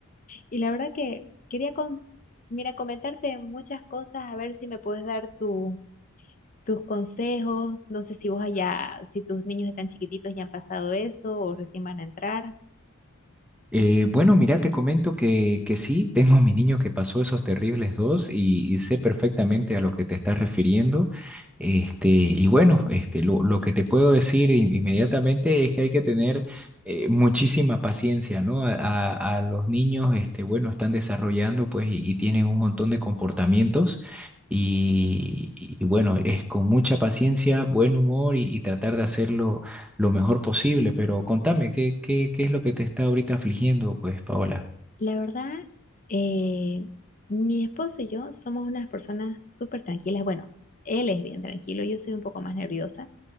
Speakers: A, on the left; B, in the centre.
A: y la verdad que quería con, mira, comentarte muchas cosas, a ver si me puedes dar tu tus consejos. No sé si vos allá, si tus niños están chiquititos ya han pasado eso o recién van a entrar.
B: Eh, bueno, mira, te comento que, que sí, <laughs> tengo a mi niño que pasó esos terribles dos y, y sé perfectamente a lo que te estás refiriendo. Este, y bueno, este, lo, lo que te puedo decir in- inmediatamente es que hay que tener eh, muchísima paciencia, ¿no? A, a- a los niños, este, bueno, están desarrollando pues y, y tienen un montón de comportamientos y, y- y bueno, es con mucha paciencia, buen humor y, y tratar de hacerlo lo mejor posible, pero contame, ¿qué, qué, qué es lo que te está ahorita afligiendo, pues, Paola?
A: La verdad, eh, mi esposo y yo somos unas personas súper tranquilas. Bueno, él es bien tranquilo, yo soy un poco más nerviosa,